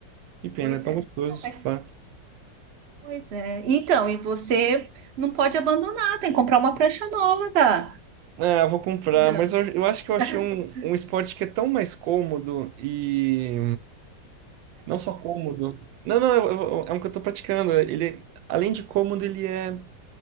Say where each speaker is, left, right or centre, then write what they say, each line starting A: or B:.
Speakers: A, on the right (about 85°); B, on the right (about 55°).
A: Que pena,
B: Pois
A: é tão
B: é.
A: gostoso
B: Ah, mas,
A: surfar.
B: pois é. Então, e você não pode abandonar, tem que comprar uma prancha nova, cara.
A: Ah, eu vou comprar,
B: Ô, Dan.
A: mas eu, eu acho que eu achei
B: <laughs>
A: um, um esporte que é tão mais cômodo e não só cômodo. Não, não, eu- eu- é um que eu tô praticando. Ele, além de cômodo, ele é